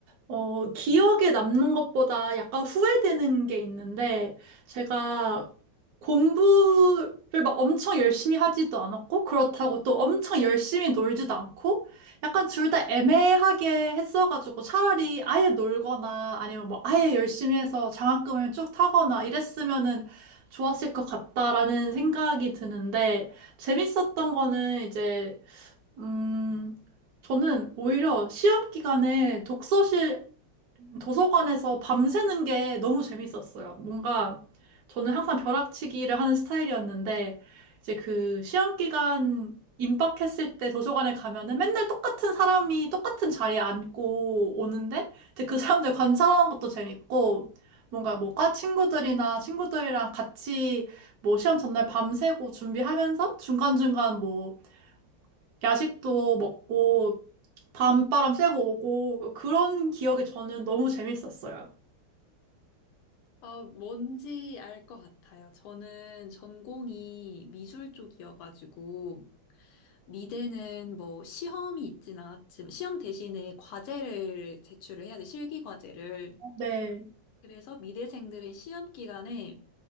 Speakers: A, on the right (about 75°); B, on the left (about 80°).
A: 어, 기억에 남는 것보다 약간 후회되는 게 있는데, 제가 공부를 막 엄청 열심히 하지도 않았고, 그렇다고 또 엄청 열심히 놀지도 않고, 약간 둘 다 애매하게 했어가지고, 차라리 아예 놀거나, 아니면 뭐 아예 열심히 해서 장학금을 쭉 타거나 이랬으면은 좋았을 것 같다라는 생각이 드는데, 재밌었던 거는 이제, 음, 저는 오히려 시험 기간에 독서실 도서관에서 밤새는 게 너무 재밌었어요. 뭔가 저는 항상 벼락치기를 하는 스타일이었는데 이제 그 시험 기간 임박했을 때 도서관에 가면은 맨날 똑같은 사람이 똑같은 자리에 앉고 오는데 이제 그 사람들 관찰하는 것도 재밌고 뭔가 뭐 과 친구들이나 친구들이랑 같이 뭐 시험 전날 밤새고 준비하면서 중간중간 뭐 야식도 먹고 밤바람 쐬고 오고 그런 기억이 저는 너무 재밌었어요.
B: 아, 뭔지 알 것 같아요. 저는 전공이 미술 쪽이어가지고, 미대는 뭐 시험이 있진 않았지만, 시험 대신에 과제를 제출을 해야 돼, 실기 과제를.
A: 네.
B: 그래서 미대생들은 시험 기간에